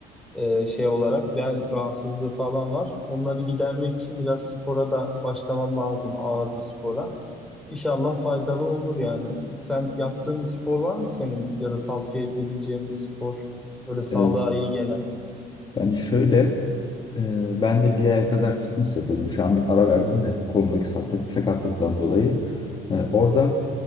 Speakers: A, in the centre; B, on the left.
A: e, şey olarak bel rahatsızlığı falan var. Onları gidermek için biraz spora da başlamam lazım ağır bir spora. İnşallah faydalı olur yani. Sen yaptığın bir spor var mı senin ya da tavsiye edebileceğin bir spor böyle sağlığa
B: E,
A: iyi gelen?
B: yani şöyle e, ben de bir aya kadar fitness yapıyordum. Şu an bir ara verdim de kolumdaki sakatlık, sakatlıktan dolayı. E, orada